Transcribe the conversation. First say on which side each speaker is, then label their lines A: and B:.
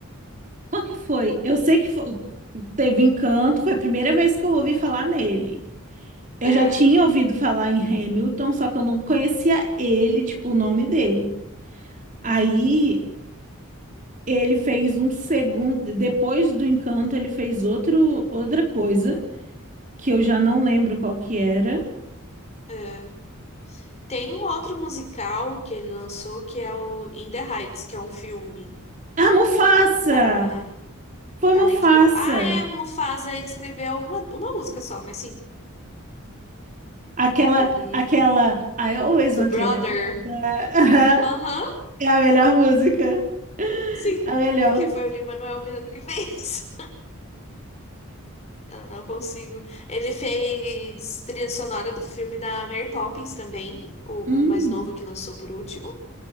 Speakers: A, on the right; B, on the left.
A: Qual que foi? Eu sei que fo- teve Encanto, foi a primeira vez que eu ouvi falar nele. Eu
B: É,
A: já tinha ouvido falar em Hamilton, só que eu não conhecia ele, tipo, o nome dele. Aí ele fez um segundo, depois do Encanto, ele fez outro, outra coisa que eu já não lembro qual que era.
B: é. Tem um outro musical que ele lançou que é o In the Heights, que é um filme
A: Ah, Mufasa!
B: que tá,
A: Foi
B: que tá
A: Mufasa.
B: na HBO. Ah, é, Mufasa, ele escreveu uma, uma música só, mas sim,
A: Aquela,
B: ele.
A: aquela I Always
B: Do
A: Wanted
B: Brother.
A: a Brother. <laughs>
B: Aham,
A: É a melhor música.
B: sim,
A: A melhor.
B: porque foi o Lin-Manuel Miranda que <laughs> fez. Eu não consigo. Ele fez trilha sonora do filme da Mary Poppins também, o
A: Hum,
B: mais novo que lançou por último.